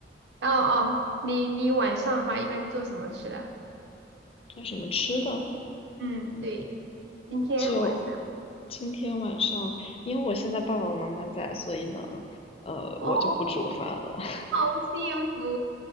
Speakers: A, on the right; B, on the left.
A: 哦哦，你你晚上的话一般做什么去了？
B: 做什么吃的？
A: 嗯，对，今天晚上
B: 就今天晚上，因为我现在爸爸妈妈在，所以呢，呃，
A: 哦，
B: 我就不煮饭了。
A: 好幸福，